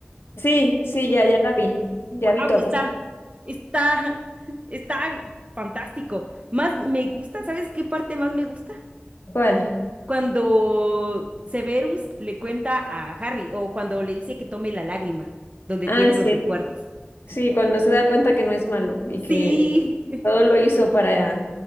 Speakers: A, on the left; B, on the right.
A: Sí, sí, ya, ya la vi. Ya
B: wow,
A: vi todas.
B: está, está, está fantástico. Más me gusta, ¿sabes qué parte más me gusta?
A: ¿Cuál?
B: Cuando Severus le cuenta a Harry o cuando le dice que tome la lágrima, donde
A: Ah,
B: tiene
A: sí.
B: los recuerdos. Sí,
A: Sí, cuando se da cuenta que no es malo y
B: sí.
A: que
B: <laughs>
A: todo lo hizo para